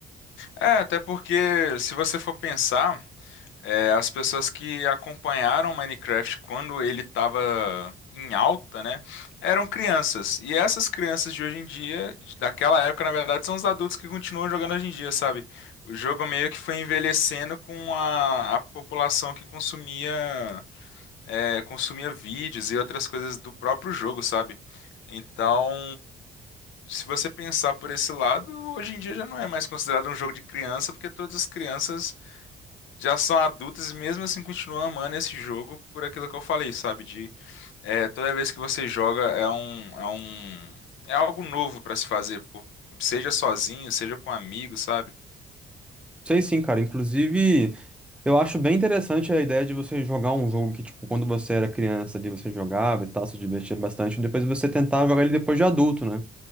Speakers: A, on the left (about 75°); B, in the centre.
A: É, até porque se você for pensar, é, as pessoas que acompanharam Minecraft quando ele estava em alta, né, eram crianças. E essas crianças de hoje em dia, de- daquela época, na verdade, são os adultos que continuam jogando hoje em dia, sabe? O jogo meio que foi envelhecendo com a, a população que consumia é, consumia vídeos e outras coisas do próprio jogo, sabe? Então, se você pensar por esse lado, hoje em dia já não é mais considerado um jogo de criança, porque todas as crianças já são adultas e mesmo assim continuam amando esse jogo por aquilo que eu falei, sabe? De é, toda vez que você joga é um, é um, é algo novo pra se fazer, pô. Seja sozinho, seja com amigos, sabe?
B: Sei sim, cara. Inclusive, eu acho bem interessante a ideia de você jogar um jogo que, tipo, quando você era criança, ali você jogava e tal, se divertia bastante, e depois você tentar jogar ele depois de adulto, né?